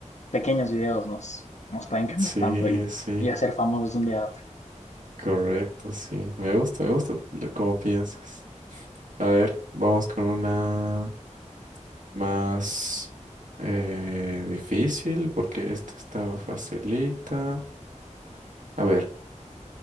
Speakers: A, on the left; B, on the right.
A: pequeños videos nos, nos pueden cambiar
B: sí,
A: tanto y,
B: sí,
A: y hacer famosos de un día a otro.
B: correcto, sí. Me gusta, me gusta lo- cómo piensas. A ver, vamos con una más eh, difícil porque esta está facilita. A ver,